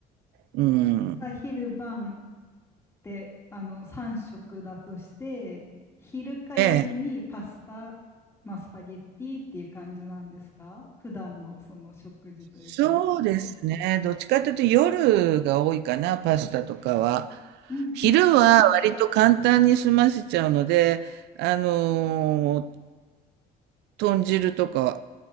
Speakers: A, on the right; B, on the left.
A: うん。
B: 朝昼晩ってあの3食だとして昼か夜にパスタ、
A: ええ。
B: まあ、スパゲッティっていう感じなんですか普段のその食事というか。
A: そうですね。どっちかというと夜が多いかな、パスタとかは。
B: うんうん
A: 昼は割と簡単に済ませちゃうので、あのー豚汁とか